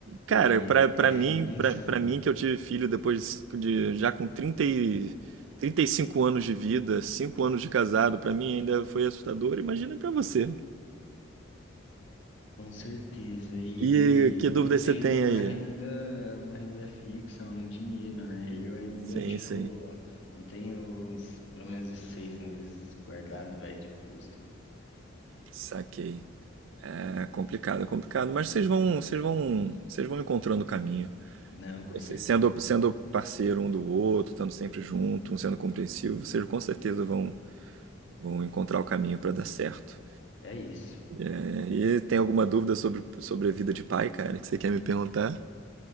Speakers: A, on the right; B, on the left.
A: cara,
B: é,
A: pra, pra
B: é
A: mim,
B: a intenção.
A: pra, pra mim que eu tive filho depois de, de- já com trinta e, 35 anos de vida, 5 anos de casado, pra mim ainda foi assustador, imagina pra você.
B: Com certeza. E,
A: E que dúvidas
B: e tendo
A: você tem
B: uma
A: aí?
B: renda, uma renda fixa, um dinheiro, né? Eu ainda,
A: Sim,
B: tipo,
A: sim,
B: não tenho os, pelo menos esses seis meses guardado, vai de custo.
A: saquei. É complicado, é complicado, mas vocês vão, vocês vão, vocês vão encontrando o caminho.
B: Não, com
A: Se-
B: certeza.
A: Sendo, sendo parceiro um do outro, estando sempre junto, um sendo compreensivo, vocês com certeza vão, vão encontrar o caminho para dar certo.
B: É isso.
A: É, e tem alguma dúvida sobre, sobre a vida de pai, cara, que você quer me perguntar?